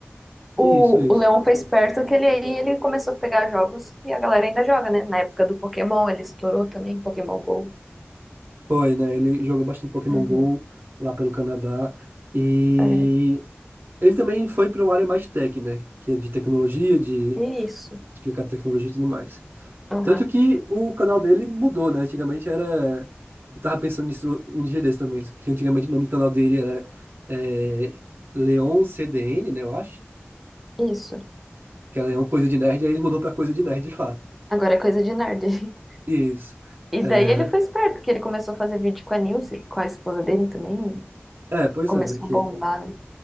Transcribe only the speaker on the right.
Isso, isso.
Foi, né? Ele jogou bastante Pokémon
Go lá pelo Canadá. E
ele também foi para uma área mais tech, né? Que é de tecnologia, de
explicar tecnologia e tudo mais.
Tanto que o canal dele mudou, né? Antigamente era. Eu tava pensando nisso um dia desse também, que antigamente o nome do canal dele era é, Leon CDN, né? Eu acho.
Que ela é uma coisa de nerd, aí ele mudou pra coisa de nerd de fato.
Isso.
É,
é, pois
é, né? Que...